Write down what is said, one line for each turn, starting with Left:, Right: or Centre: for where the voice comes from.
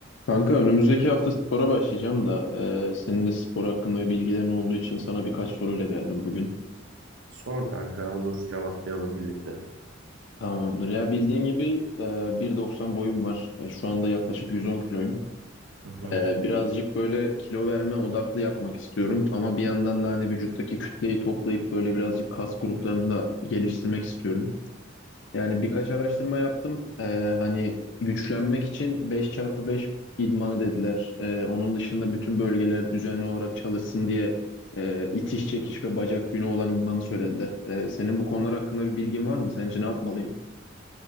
Left: Kanka önümüzdeki hafta spora başlayacağım da e, senin de spor hakkında bilgilerin olduğu için sana birkaç soruyla geldim bugün.
Right: Sor kanka olur cevaplayalım birlikte.
Left: Tamamdır. Ya bildiğin gibi e, 1.90 boyum var. E, şu anda yaklaşık 110 kiloyum.
Right: Hı hı.
Left: E, birazcık böyle kilo verme odaklı yapmak istiyorum ama bir yandan da hani vücuttaki kütleyi toplayıp böyle birazcık kas gruplarını da geliştirmek istiyorum. Yani birkaç araştırma yaptım. Ee, hani güçlenmek için beş çarpı beş idmanı dediler. Ee, onun dışında bütün bölgeler düzenli olarak çalışsın diye e, itiş çekiş ve bacak günü olan idmanı söylediler. Ee, senin bu konular hakkında bir bilgin var mı? Sence ne yapmalıyım?